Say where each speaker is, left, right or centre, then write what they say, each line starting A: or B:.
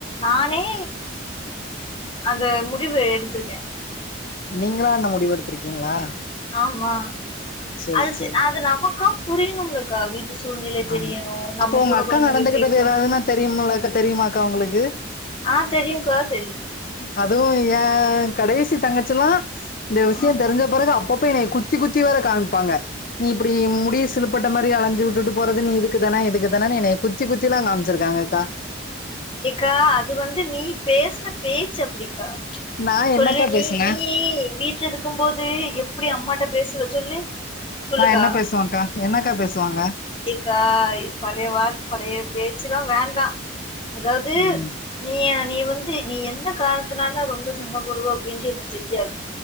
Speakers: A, on the left; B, on the left.
A: நானே அந்த முடிவு எடுத்திருக்கேன்
B: நீங்களா அந்த முடிவு எடுத்திருக்கீங்களா
A: ஆமா
B: சேரி
A: அது
B: சேரி
A: அது நமக்கும் புரியணும் அக்கா வீட்டு சூழ்நிலை தெரியணும்
B: ஆமா
A: நம்ம
B: அப்போ உங்க
A: கூட
B: அக்கா
A: பொறந்தவங்க
B: நடந்துகிட்டது
A: எப்படி இருக்கணும்
B: ஏதாவதுன்னா தெரியும்லக்கா தெரியுமாக்கா உங்களுக்கு
A: அ தெரியும்க்கா தெரியும்
B: அதுவும் என் கடைசி தங்கச்சல்லாம் இந்த விஷயம்
A: ஆ
B: தெரிஞ்ச பிறகு அப்பப்போ என் குத்தி குத்தி குத்தி வேற காமிப்பாங்க நீ இப்டி முடிய சிலுப்பட்ட மாரி அலைஞ்சு விட்டுட்டு போறதுன்ன இதுக்குதானே இதுக்குதான என்யே குத்தி குத்தில காமிச்சிருக்காங்க அக்கா
A: ஏக்கா அது வந்து நீ பேசின பேச்சு அப்டிக்கா
B: நான்
A: சொல்லு
B: என்னக்கா
A: நீ
B: பேசுனே
A: நீ வீட்ல இருக்கும்போது எப்டி அம்மாட்ட பேசுவ சொல்லு சொல்லுக்கா
B: நான் என்ன பேசுவேகா என்னக்கா பேசுவாங்க
A: எக்கா பழைய வார பழைய பேச்சுல்லாம் வேண்டாம் அதாவது
B: ம்
A: நீ நீ வந்து நீ எந்த காரணத்தினால ரொம்ப சண்டை போடுவ அப்டின்ட்டு எனக்கு தெரியாது